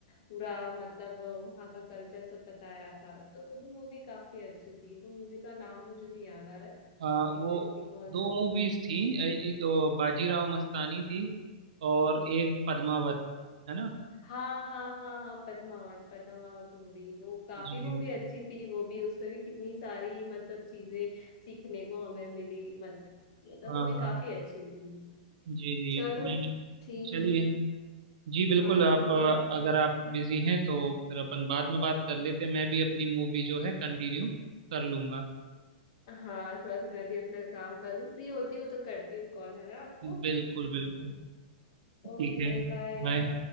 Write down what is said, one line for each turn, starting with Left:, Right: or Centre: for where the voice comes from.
Left: पूरा मतलब वहाँ का कल्चर सब बताया था तो वो भी मूवी काफी अच्छी थी वो मूवी का नाम मुझे नहीं याद आ रहा है
Right: अ,
Left: एग्जैक्टली
Right: वो
Left: कौन
Right: दो
Left: सी थी
Right: मूवीज थी ए- एक अ, बाजीराव मस्तानी थी और एक पद्मावत है ना
Left: हाँ हाँ हाँ हाँ पद्मावत पद्मावत मूवी वो काफी
Right: जी
Left: मूवी अच्छी थी वो भी उसमें भी कितनी सारी मतलब चीजें सीखने को हमें मिली मत, मतलब
Right: हाँ
Left: वो भी
Right: हाँ
Left: काफी अच्छी थी
Right: जी जी
Left: चलो
Right: मैं
Left: ठीक
Right: चलिए जी बिल्कुल
Left: हाँ
Right: आप
Left: ठीक
Right: अ,
Left: है
Right: अगर आप बिजी हैं तो फिर अपन बाद में बात कर लेते हैं मैं भी अपनी मूवी जो है कंटिन्यू कर लूंगा
Left: हाँ थोड़ा सा मैं भी अपना काम कर लूँ फ्री होती हूँ तो करती हूँ कॉल है ना आपको
Right: बिल्कुल बिल्कुल ठीक
Left: Okay
Right: है
Left: bye
Right: बाय